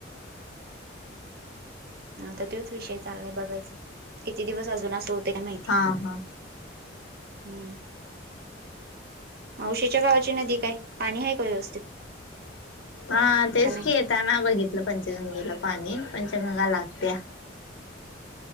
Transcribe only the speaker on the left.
हा हा
हा तेच
की य त्याना बघितलं पंचगंगेला पाणी पंचगंगा लागत्या.